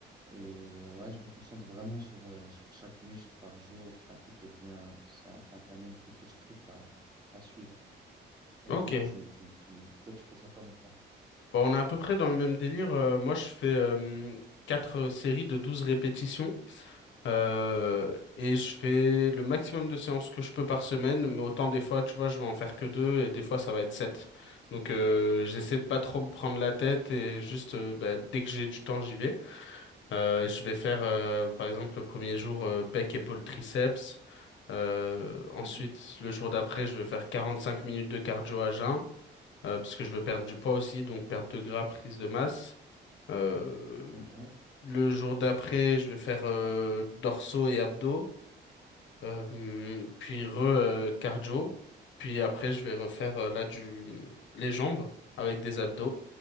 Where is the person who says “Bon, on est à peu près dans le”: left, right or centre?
Left